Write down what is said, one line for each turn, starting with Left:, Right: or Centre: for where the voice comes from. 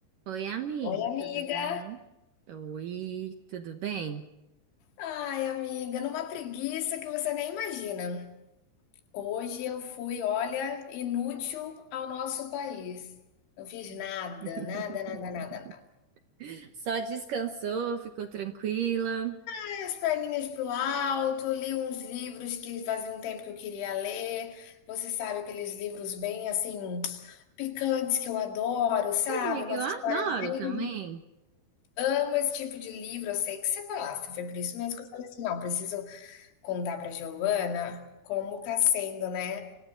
Right: Oi, amiga,
Left: Oi, amiga.
Right: tudo bem? Oi, tudo bem?
Left: Ai, amiga, numa preguiça que você nem imagina. Hoje eu fui, olha, inútil ao nosso país. Não fiz nada,
Right: <laughs>
Left: nada, nada, nada, nada.
Right: Só descansou, ficou tranquila? Ai,
Left: Dei as perninhas pro alto, li uns livros que fazia um tempo que eu queria ler. Você sabe aqueles livros bem assim picantes que eu adoro, sabe?
Right: Amiga,
Left: Umas
Right: eu adoro
Left: histórias bem
Right: também.
Left: Amo esse tipo de livro, eu sei que você gosta. Foi por isso mesmo que eu falei assim: não, preciso contar para a Giovana como tá sendo, né,